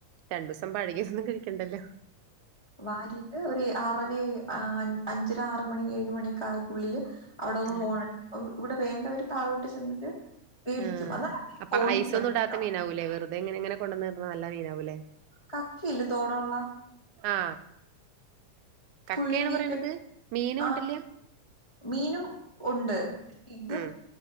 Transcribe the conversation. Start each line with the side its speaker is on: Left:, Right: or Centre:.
Right: രണ്ട് ദിവസം പഴകിയാതോന്നും കഴി ക്കെണ്ടേല്ലോ <unintelligible>
Left: വാരിട്ട് ഒരു ആറരേ എ ആ അഞ്ചര ആറ മണി ഏഴു മണിയൊക്ക ആകുള്ളില്ല് അവിടൊന്നു
Right: ആഹ്
Left: ഹോൺ അടിക്കും ഇവിടെ വേണ്ടവര് താഴോട്ട് ചെന്നിട്ട് മേടിക്കും
Right: ആഹ്
Left: അന്നാ <unintelligible>
Right: അപ്പൊ
Left: കോണ്ടിറ്റി
Right: ഐസൊന്നും
Left: ഉണ്ട്
Right: ഇടാത്ത മീനാവൂലേ വെറുതെ ഇങ്ങനെ ഇങ്ങനെ കൊണ്ടന്നിടുന്ന നല്ല മീനാവൂലേ
Left: കക്കിയില്ലേ തോടുള്ള
Right: ആ കക്കയേണ്
Left: പുഴുങ്ങിയിട്ട്
Right: പറയണത് മീന
Left: ആ
Right: ഉണ്ടല്ലേ
Left: മീനും ഉണ്ട് ഇത്
Right: ഉം